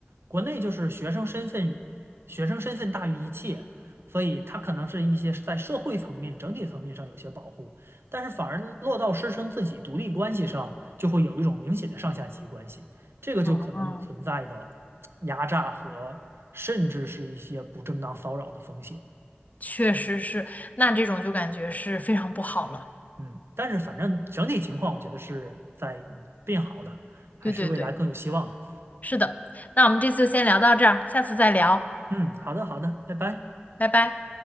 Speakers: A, on the right; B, on the left.
A: 国内就是学生身份，学生身份大于一切，所以他可能是一些在社会层面、整体层面上有些保护，但是反而落到师生自己独立关系上，就会有一种明显的上下级关系，这个就可能有存在的
B: 嗯嗯，
A: 压榨和甚至是一些不正当骚扰的风险。
B: 确实是，那这种就感觉是非常不好了。
A: 嗯，但是反正整体情况，我觉得是在变好的，还是未来更有希望的。
B: 对对对，是的。那我们这次就先聊到这儿，下次再聊，
A: 嗯，好的，好的，拜拜。
B: 拜拜。